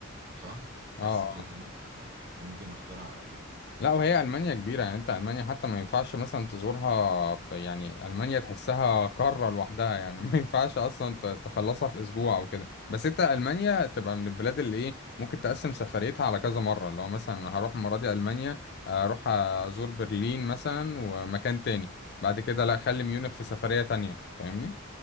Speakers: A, on the right; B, on the left.
A: صح حاسس
B: اه
A: برلين آه، ممكن اختارها على ميونخ
B: لا وهي المانيا كبيره يعني انت المانيا حتى ما ينفعش مثلا تزورها في يعني المانيا تحسها قاره لوحدها يعني <laughs> ما ينفعش اصلا ت- تخلصها في اسبوع او كده بس انت المانيا تبقى من البلاد اللي ايه ممكن تقسم سفريتها على كذا مره اللي هو مثلا انا هروح المره دي المانيا اروح ازور برلين مثلا ومكان تاني بعد كده لا خلي ميونخ في سفريه تانية فاهمني